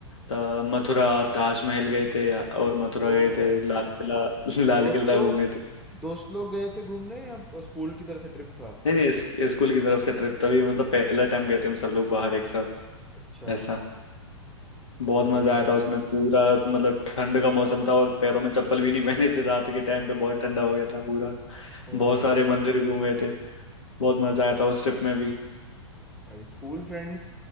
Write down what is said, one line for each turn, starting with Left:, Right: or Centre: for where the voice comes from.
Left: त- मथुरा ताजमहल गए थे और मथुरा
Centre: ओ
Left: गए
Centre: भाई
Left: थे लाल किला <laughs> लाल
Centre: दोस्तों
Left: किला घूमे थे
Centre: दोस्त लोग गए थे घूमने या स्कूल की तरफ से ट्रिप था
Left: नहीं नहीं इस, स्कूल की तरफ से ट्रिप तभी मतलब पहला टाइम गए थे हम सब लोग बाहर एक साथ
Centre: अच्छा
Left: ऐसा
Centre: सही
Left: बहुत मजा
Centre: है यार
Left: आया था उसमें पूरा मतलब ठंड का मौसम था और पैरों में चप्पल भी नहीं पहने थे रात के टाइम पे बहुत ठंडा हो गया था पूरा
Centre: ओ
Left: बहुत
Centre: भाई
Left: सारे मंदिर घूमे थे बहुत मजा आया था उस ट्रिप में भी
Centre: भाई स्कूल फ्रेंड्स